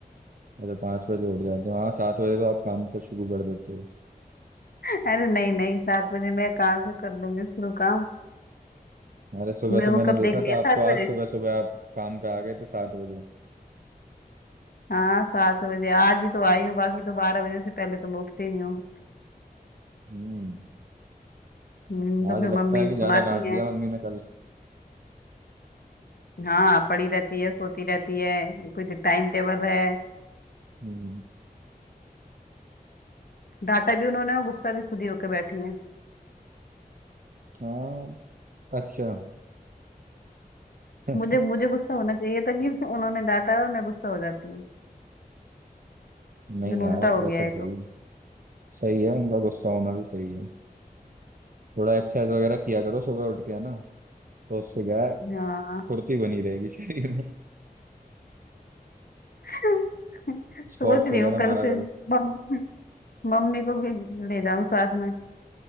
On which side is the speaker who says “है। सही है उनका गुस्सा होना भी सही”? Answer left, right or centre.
Right